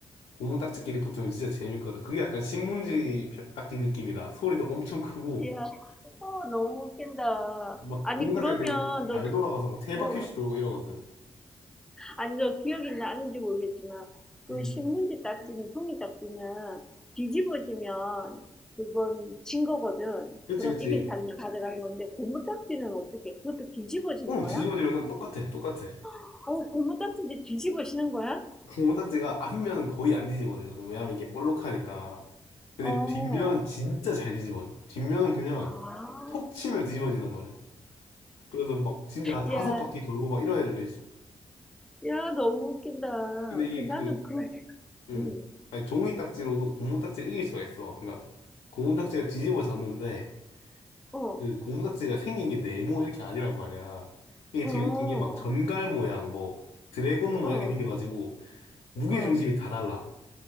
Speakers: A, on the left; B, in the centre.
A: 고무 딱지끼리 붙으면 진짜 재밌거든. 그게 약간 신문지 펴- 딱지 느낌이 나. 소리도 엄청 크고,
B: 야, 어, 너무 웃긴다.
A: 막,
B: 아니,
A: 고무
B: 그러면
A: 딱지가 되게
B: 너,
A: 잘 돌아가서 막 세바퀴씩
B: 어,
A: 돌고 이러거든.
B: 아니요, 기억이 나는지 모르겠지만, 그
A: 음.
B: 신문지 딱지는, 종이 딱지는 뒤집어지면 그건 진 거거든.
A: 그치,
B: 그럼
A: 그치.
B: 이긴 사람이 그 가져가는 건데, 고무 딱지는 어떻게, 그것도 뒤집어지는
A: 어,
B: 거야?
A: 뒤집어지는 건 똑같아, 똑같아.
B: 어, 맞아요. 고무 딱지인데 뒤집어지는 거야?
A: 고무 딱지가 앞면은 거의 안 뒤집어지거든. 왜냐면 이게 볼록하니까. 근데
B: 어, 어,
A: 뒷면은 진짜 잘 뒤집어져. 뒷면은 그냥
B: 아,
A: 톡 치면 뒤집어진단 말이야. 그래서 막 진짜 한 다섯
B: 야,
A: 바퀴 돌고 막 이런 애들도 있어.
B: 야, 너무 웃긴다.
A: 근데 이게
B: 그 나는
A: 그,
B: 그, 왜?
A: 음,
B: 응,
A: 아니 종이 딱지로도 고무 딱지를 이길 수가 있어. 그러니까 고무 딱지가 뒤집어졌는데
B: 어,
A: 그 고무 딱지가 생긴 게 네모 이렇게 아니란 말이야. 이게
B: 어,
A: 되게 웃긴 게 막 전갈 모양, 뭐 드래곤 모양이
B: 어,
A: 생겨가지고 무게
B: 어,
A: 중심이 다 달라.